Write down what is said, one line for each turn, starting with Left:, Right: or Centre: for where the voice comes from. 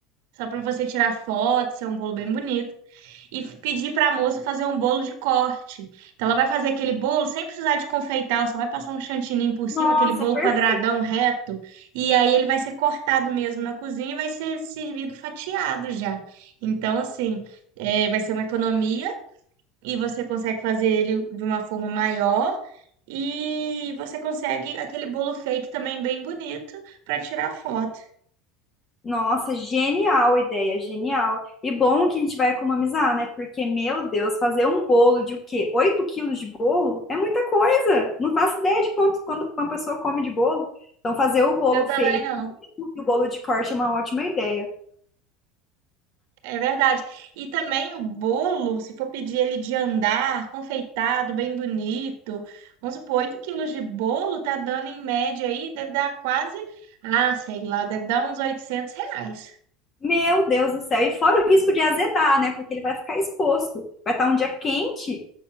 Right: só pra você tirar foto, ser um bolo bem bonito, e f- pedir pra moça fazer um bolo de corte. Então ela vai fazer aquele bolo sem precisar de confeitar, ela só vai passar um chantininho por cima,
Left: Nossa,
Right: aquele bolo
Left: perfeito.
Right: quadradão reto, e aí ele vai ser cortado mesmo na cozinha e vai ser servido fatiado já. Então, assim, é, vai ser uma economia e você consegue fazer ele de uma forma maior e você consegue aquele bolo fake também bem bonito para tirar foto.
Left: Nossa, genial a ideia, genial. E bom que a gente vai economizar, né? Porque, meu Deus, fazer um bolo de o quê? 8 quilos de bolo é muita coisa. Não faço ideia de quanto, quanto uma pessoa come de bolo. Então, fazer o bolo
Right: Eu também
Left: feito
Right: não.
Left: e o bolo de corte é uma ótima ideia.
Right: É verdade. E também o bolo, se for pedir ele de andar, confeitado, bem bonito, vamos supor, 8 quilos de bolo tá dando em média aí, deve dar quase, ah, sei lá, deve dar uns 800 reais.
Left: Meu Deus do céu. E fora o risco de azedar, né? Porque ele vai ficar exposto. Vai estar um dia quente.